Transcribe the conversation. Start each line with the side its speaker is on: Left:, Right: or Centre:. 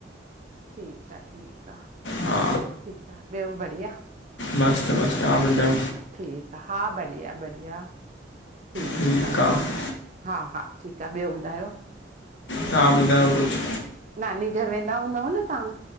Right: ठीक आ, ठीक आ।
Left: हा
Right: ठीक आ, ॿियो बढ़िया?
Left: मस्-त मस्त, ता ॿुधायो?
Right: ठीक आ, हा बढ़िया बढ़िया। ठीक
Left: ठीकु
Right: आ,
Left: आहे
Right: हा- हा ठीक आ, ॿियो ॿुधायो?
Left: तहां ॿुधायो कुछ?
Right: नानी घर वेंदा हूंदव न तहां?